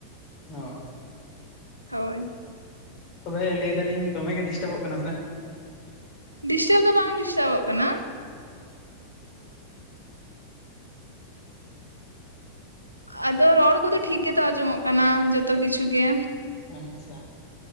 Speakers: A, on the left (about 40°); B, on the right (about 85°).
A: ᱦᱳᱭᱻ᱾
B: ᱦᱳᱭᱻ᱾
A: ᱛᱚᱵᱮ ᱞᱟᱹᱭ ᱫᱟᱞᱤᱧ ᱫᱚᱢᱮᱜ ᱜᱮ ᱰᱤᱥᱴᱟᱵᱚᱜ ᱠᱟᱱᱟ ᱥᱮ?
B: ᱰᱤᱥᱴᱟᱵ ᱫᱚ ᱵᱟᱝ ᱰᱤᱥᱴᱟᱵᱚᱜ ᱠᱟᱱᱟ᱾ ᱟᱫᱚ ᱨᱚᱲ ᱠᱚᱫᱚ ᱴᱷᱤᱠ ᱜᱮᱛᱚ ᱟᱸᱡᱚᱢᱚᱜ ᱠᱟᱱᱟ, ᱡᱚᱛᱚ ᱠᱤᱪᱷᱩ ᱜᱮ᱾
A: ᱟᱪᱪᱷᱟ᱾